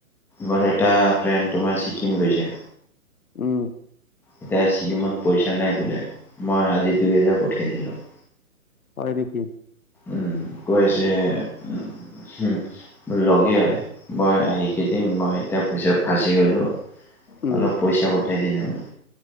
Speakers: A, in the centre; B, on the left (about 70°).
A: মোৰ এটা ফ্ৰেণ্ড তোমাৰ ছিকিম গৈছে।
B: উম।
A: এতিয়া ছিকিমত পইচা নাই বোলে, মই আজি দুই হেজাৰ পঠাই দিলোঁ।
B: হয় নেকি?
A: উম, কৈ আছে উ উম, লগে হয় মই আহিকে দিম, মই এতিয়া পিছত ফাঁচি গ'লোঁ,
B: উম
A: অলপ পইচা পঠাই দিল মানে।